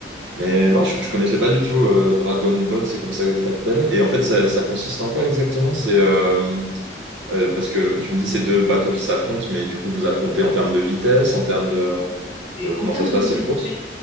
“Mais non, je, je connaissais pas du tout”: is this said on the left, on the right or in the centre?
Right